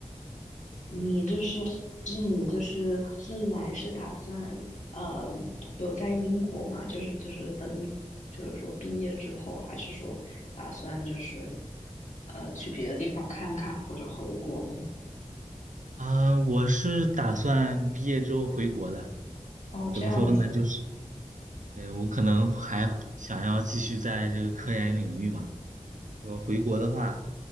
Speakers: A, on the left; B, on the right.
A: 你就是，那你就是未来是打算呃留在英国吗？就是就是等你就是说毕业之后，还是说打算就是呃去别的地方看看或者回国呢？
B: 啊，我是打算毕业之后回国的。
A: 哦，
B: 嗯，
A: 这样子。
B: 怎么说呢？就是，对，我可能还想要继续在这个科研领域嘛。比如说回国的话，